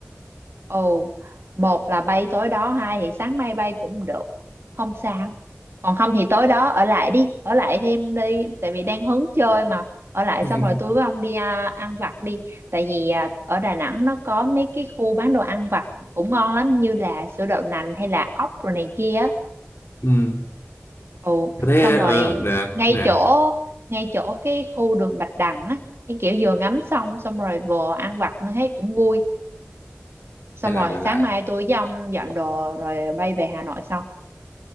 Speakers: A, on the right; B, on the left.
A: Ồ, một là bay tối đó, hai thì sáng mai bay cũng được. Không sao. Còn không thì tối đó ở lại đi, ở lại thêm đi, tại vì đang hứng chơi mà. Ở lại
B: <laughs>
A: xong rồi tôi với ông đi à, ăn vặt đi. Tại vì à, ở Đà Nẵng nó có mấy cái khu bán đồ ăn vặt cũng ngon lắm như là sữa đậu nành hay là ốc rồi này kia. á.
B: Ừ.
A: Ồ,
B: Thế
A: xong rồi
B: ờ được
A: ngay
B: được.
A: chỗ ngay chỗ cái khu đường Bạch Đằng á, cái kiểu vừa ngắm xong xong rồi vừa ăn vặt nó thấy cũng vui xong
B: nên là
A: rồi
B: gọi
A: sáng
B: là
A: mai tôi với ông dọn đồ rồi bay về Hà Nội sau